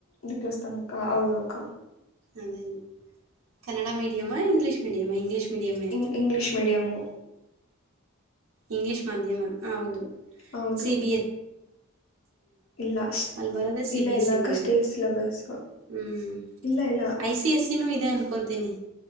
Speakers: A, on the left (about 80°); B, on the right (about 85°).
A: ನಿಕ್ಲಸ್ತಾನಕ್ಕ ಹೌದು ಅಕ್ಕ
B: ಅದೇ Kannada medium English medium English ಮೀಡಿಯಮ್ಮೇ
A: ಇಂಗ್ ಇಂಗ್ಲೀಷ್ ಮೀಡಿಯಮು
B: ಇಂಗ್ಲಿಷ್ ಮಾಧ್ಯಮ ಹೌದು
A: ಹೌದು
B: ಸಿ ಬಿ ಎಸ್
A: ಇಲ್ಲ ಅಷ್ಟ್
B: ಅಲ್ ಬರದೆೇ ಸಿ
A: ಇಲ್ಲ
B: ಬಿ ಎಸ್ಸಿ
A: ಇಲ್ಲ ಅಕ್ಕ
B: ಬೋರ್ಡು
A: ಸ್ಟೇಟ್ ಸಿಲೆಬಸ್ಸು
B: ಹ್ಮ
A: ಇಲ್ಲ ಇಲ್ಲ
B: ಐ ಸಿ ಎಸ್ಸಿ ನು ಇದ್ ನೇ ಅನ್ಕಂತೀನಿ